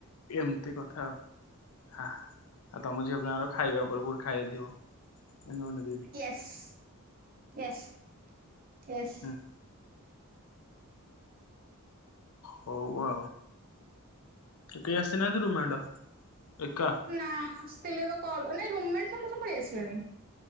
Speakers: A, on the left (about 70°); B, on the right (about 40°).
A: ଏମିତି କଥା ଆଉ। ହା ଆଉ ତମ ଝିଅ ପିଲାଙ୍କର ଖାଇବା ଉପରକୁ କୋଉଠି ଖାଇବା ଥିବ ଏନ୍ତି ଏନେଇ
B: ୟସ୍ -ସ୍ ୟସ୍ -ସ୍ ୟସ୍ - ସ୍।
A: <unintelligible> ହଉ ଆ କେହି ଆସିନାହାନ୍ତି ରୁମାଣ୍ଡ ଏକା?
B: ନା ଆସିଥିଲେ ତ କଲ୍ ନାଇଁ ରୁମ୍ମେଟ୍ ସମସ୍ତେ କହି ଆସିଲେଣି।